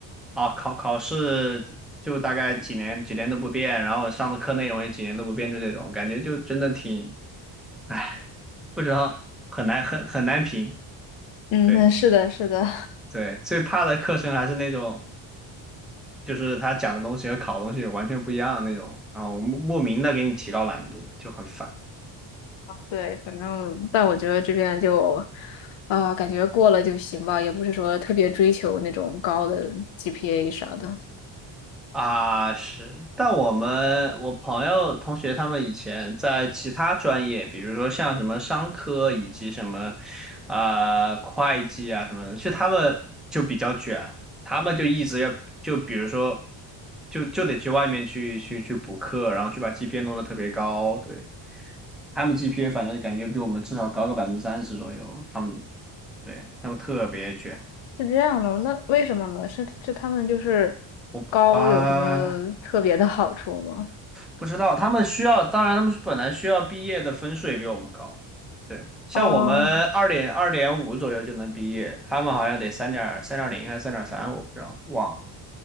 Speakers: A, in the centre; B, on the left.
A: 啊，考考试就大概几年几年都不变，然后上的课内容也几年都不变，就这种感觉，就真的挺，唉，不知道很难很很难评。
B: 嗯，
A: 对
B: 是的，是的。
A: 对，最怕的课程还是那种，就是他讲的东西和考的东西完全不一样的那种，然后莫莫名的给你提高难度，就很烦。
B: 对，反正但我觉得这边就，啊，感觉过了就行吧，也不是说特别追求那种高的 GPA 啥的。
A: 啊，是，但我们我朋友同学他们以前在其他专业，比如说像什么商科以及什么，呃，会计啊什么的，就他们就比较卷，他们就一直要就比如说，就就得去外面去去去补课，然后去把 GPA 弄得特别高，对，他们 GPA 反正感觉比我们至少高个百分之三十左右，他们对他们特别卷，
B: 是这样的，那为什么呢？是是他们就是高有什么特别的好处吗？
A: 我啊。不知道，他们需要，当然他们本来需要毕业的分数也比我们高。对，像我们二点二点五左右就能毕业，
B: 哦
A: 他们好像得三点三点零还是三点三，我不知道，忘了。